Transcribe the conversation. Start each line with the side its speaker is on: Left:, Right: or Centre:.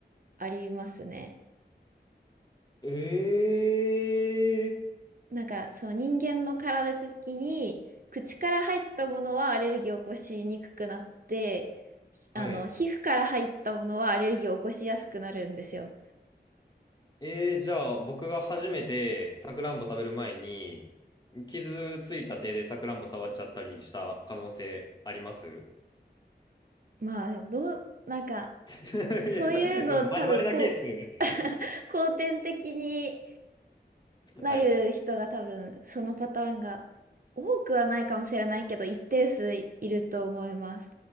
Right: ありますね。
Left: ええ
Right: なんか、その人間の体的に、口から入ったものはアレルギーを起こしにくくなって、
Left: はい。
Right: あの、皮膚から入ったものはアレルギーを起こしやすくなるんですよ。
Left: えー、じゃあ僕が初めてさくらんぼ食べる前に傷ついた手でさくらんぼ触っちゃったりした可能性あります
Right: まあでもどう、なんか
Left: <laughs>
Right: そういうの多分こう、
Left: いや、さでもまれ、稀なケースですもんね。
Right: 後天的になる人が多分そのパターンが
Left: はい。
Right: 多くはないかもしれないけど一定数いると思います。